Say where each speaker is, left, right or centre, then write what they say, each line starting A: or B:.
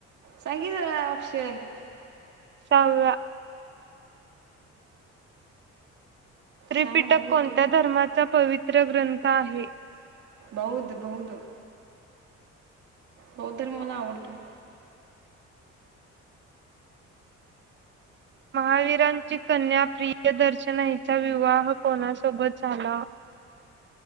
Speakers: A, on the right (about 75°); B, on the right (about 40°).
A: सांग की जरा ऑपशन
B: साव्या त्रिपीटक
A: सांग म्हणणार होतो
B: कोणत्या धर्माचा पवीत तो ग्रंथ आहे.
A: बौद्ध बौद्ध बौद्ध धर्म मला आवडतोय.
B: महावीरांची कन्या प्रियदर्शना हीचा विवाह कोणासोबत झाला.